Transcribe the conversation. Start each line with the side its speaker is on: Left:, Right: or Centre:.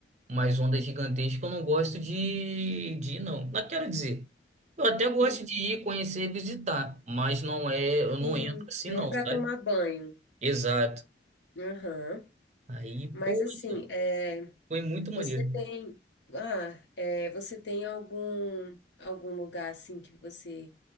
Right: umas ondas gigantescas, eu não gosto de, de ir, não. Não quero dizer. Eu até gosto
Left: Hum,
Right: de ir, conhecer, visitar, mas não é. Eu não
Left: Sim,
Right: entro assim,
Left: não
Right: não,
Left: para
Right: sabe?
Left: tomar banho.
Right: Exato.
Left: Aham.
Right: Aí,
Left: Mas
Right: poxa,
Left: assim, é,
Right: foi muito maneiro.
Left: Você tem, ah, é, você tem algum algum lugar assim que você